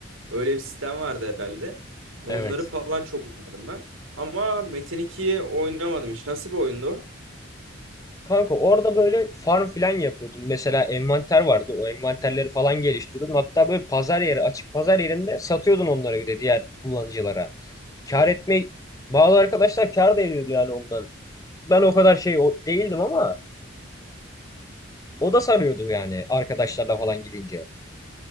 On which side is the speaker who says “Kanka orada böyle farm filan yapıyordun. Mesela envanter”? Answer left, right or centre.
Left